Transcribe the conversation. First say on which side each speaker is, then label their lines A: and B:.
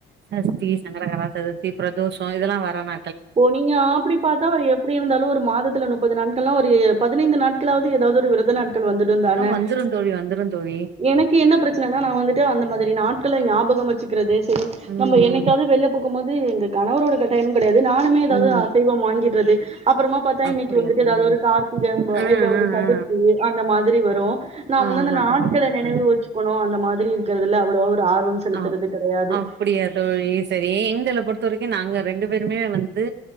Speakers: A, on the right; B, on the right.
A: சஷ்டி சங்கரகரா சதுர்த்தி ப்ரதோஷோ இதெல்லா வரான
B: ஓ நீங்க ஆப்டி பாத்தா ஒரு எப்டி இருந்தாலு ஒரு மாதத்துல நுப்பது நாட்கள்ளா ஒரு பதினைந்து நாட்களாவது ஏதாவது ஒரு விரதநாட் கள் வந்துட்டுந்தான
A: ஆ வந்துரு தோழி வந்துரு தோழி
B: எனக்கு என்ன பிரச்சனனா நான் வந்துட்டு அந்த மா திரி நாட்கள ஞாபகம் வச்சுக்கிறது செரி
A: ம்
B: நம்ப என்னைக்காது
A: ம்
B: வெள்ள போகும் போது எங்க கணவரோட கட்டாயனு கெடையாது நானுமே ஏதாவுது
A: ம்
B: அசைவம் வாங்கிட்றது அப்புறமா பாத்தா
A: அப்டியா
B: இன்னைக்கு வந்துட்டு
A: தோழி
B: ஏதாவது ஒரு கார்த்திகம்ப
A: ஆ
B: இல்ல ஒரு
A: ஆ
B: சதுர்த்தி
A: ஆ
B: அந்த மாதிரி வரு ந ம்ம
A: ஆ
B: வந்து
A: ஆமா
B: அந்த நாட்கள
A: தோழி ஆமா
B: நெனைவு
A: தோழி
B: வச்சுக்கணு அந்த மாதிரி இருக்றதுல அவ்வளவா ஒரு ஆர்வம் செலுத்துறது
A: அ
B: கெடையாது.
A: அப்படியா தோழி சரி எங்கள பொறுத்த வரைக்கும் நாங்க ரெண்டு பேருமே வந் ந்து